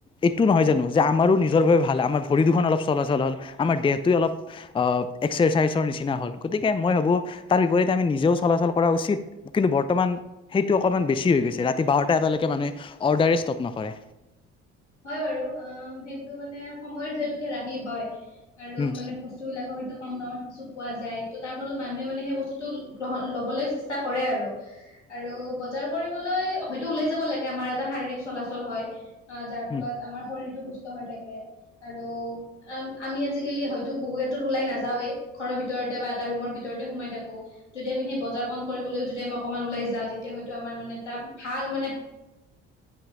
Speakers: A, on the left; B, on the left.
A: এইটো নহয় জানো, যে আমাৰো নিজৰ বাবে ভাল, আমাৰ ভৰি দুখন অলপ চলাচল হ'ল, আমাৰ দেহ অলপ অ', এক্সাৰচাইজৰ নিচিনা হ'ল, গতিকে মই ভাবো তাৰ বিপৰীতে আমি নিজেও চলাচল কৰা উচিত। চি, কিন্তু বৰ্তমান সেইটো অকণমান বেছি হৈ গৈছে, ৰাতি বাৰটা, এটালৈকে মানুহে অৰ্ডাৰে ষ্টপ নকৰে।
B: হয় বাৰু, অ', সেইটো মানে সময়ৰ যিহেতুকে ৰাহি হয়। আৰু
A: উম,
B: মানে বস্তু বিলাকৰ হয়তো কম দামত কিছু পোৱা যায়। তাৰ ফলত মানুহে মানে সেই বস্তুতটো গ্ৰহণ ল'বলৈ চেষ্টা কৰে আৰু, আৰু বজাৰ কৰিবলৈ হয়টো ওলায় যাব লাগে, আমাৰ এটা শাৰীৰিক চলাল হয়, যাৰ ফলত
A: উম,
B: আমাৰ শৰ হৈ থাকে, আৰু আমি আজিকালি হয়তো, বহু ক্ষেত্ৰত ওলাই নাযাওঁৱেই। ঘৰৰ ভিতৰতে বা এটা ৰুমৰ ভিতৰতে সোমাই থাকো, যদি আমি সেই বজাৰ কন কৰিবলৈও যদি আমি অকমান ওলাই যাওঁ, তেতিয়া হয়টো আমাৰ মানে এটা ভাল <unintelligible>